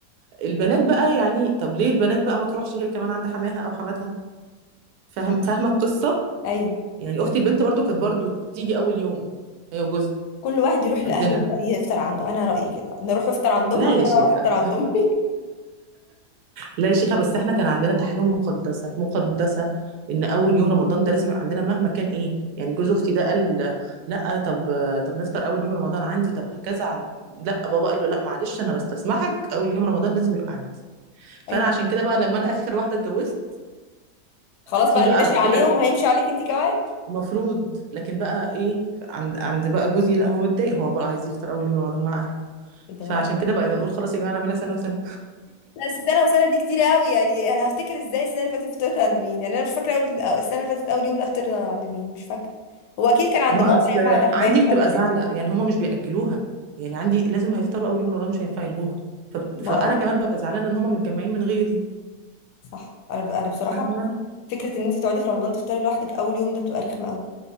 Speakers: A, on the right; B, on the left.
A: البنات بقى يعني طب ليه البنات بقى ما تروحش هي كمان عند حماها أو حماتها فاهم
B: لا
A: فاهمة القصة
B: ايوه
A: يعني أختي البنت برضو كانت برضو تيجي أول يوم هي وجوزها
B: كل واحد يروح لاهله
A: عندنا
B: يفطر عنده انا رايي كده نروح افطر عند
A: لا
B: امك
A: يا شيخة
B: وانا اروح افطر عند امي
A: لا يا شيخة بس احنا كان عندنا ده حاجة مقدسة مقدسة ان اول يوم رمضان ده لازم يبقى عندنا مهما كان ايه يعني جوز اختي ده قال لا طب طب نفطر اول يوم رمضان عندي طب هكذا عن... لا بابا قال له لا معلش انا بستسمحك اول يوم رمضان لازم يبقى عندي
B: <laughs>
A: فانا
B: ايوه
A: عشان كده بقى لما انا اخر واحدة اتجوزت
B: خلاص
A: في
B: بقى
A: بقى
B: اللي ماشي عليهم
A: في قلق
B: هيمشي عليك انت كمان
A: المفروض لكن بقى ايه عند عند بقى جوزي لا هو متضايق هو بقى عايز يفطر اول يوم رمضان مع اهله
B: ايه ده
A: فعشان
B: بقى
A: كده بقى نقول خلاص يا جماعة نعملها سنة وسنة
B: لا بس سنه وسنه دي كتير قوي يعني انا هفتكر ازاي السنه اللي فاتت فطرت عند مين يعني انا مش فاكره اول السنه اللي فاتت اول يوم ده فطرنا عند مين مش فاكره هو اكيد كان عند
A: ما
B: ماما
A: اصل
B: يا اما عند اه حماتي
A: عندي بتبقى
B: حد
A: زعلة
B: منهم
A: يعني هما مش بيأجلوها يعني عندي لازم هيفطروا أول يوم رمضان مش هينفع يلغوها ف...
B: ما
A: فأنا
B: اه
A: كمان ببقى زعلانة إن هما متجمعين من غيري
B: صح انا ب... انا بصراحه
A: فاهمة
B: فكره ان انت تقعدي في رمضان تفطري لوحدك اول يوم ده بتبقى رخمه قوي